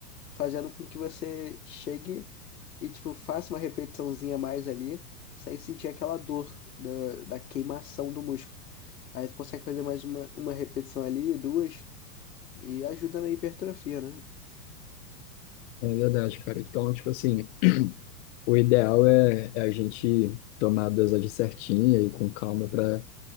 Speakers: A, on the left; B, on the left.
A: fazendo com que você chegue e, tipo, faça uma repetiçãozinha a mais ali, sem sentir aquela dor da, da queimação do músculo. Aí tu consegue fazer mais uma, uma repetição ali, duas, e ajuda na hipertrofia, né?
B: é verdade, cara. Então, tipo assim, o ideal é, é a gente tomar a dosagem certinha e com calma pra,